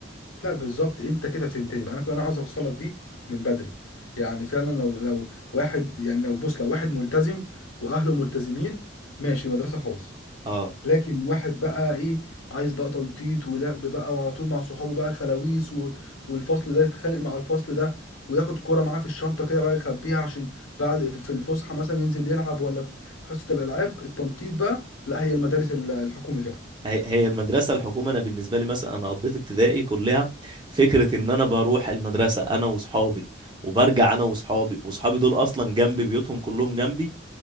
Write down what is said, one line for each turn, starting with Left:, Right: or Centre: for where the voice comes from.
Left: لا بالظبط انت كده فهمتني بقى انا كنت انا عاوز اوصلك دي من بدري يعني فعلا لو لو واحد يعني لو بص لو واحد ملتزم واهله ملتزمين ماشي مدرسه خاص
Right: اه
Left: لكن واحد بقى ايه عايز بقى تنطيط ولعب بقى وعلى طول مع صحابه بقى خلاويص و... والفصل ده يتخانق مع الفصل ده وياخد كرة معاه في الشنطة كده بقى يخبيها عشان بعد في الفسحة مثلا ينزل يلعب ولا في حصة الألعاب التنطيط بقى لا هي المدارس ال- الحكومي فعلا
Right: هي هي المدرسة الحكومة أنا بالنسبة لي مثلا أنا قضيت ابتدائي كلها فكرة
Left: مم.
Right: إن أنا بروح المدرسة أنا وصحابي وبرجع أنا وصحابي وصحابي دول أصلا جنبي بيوتهم كلهم جنبي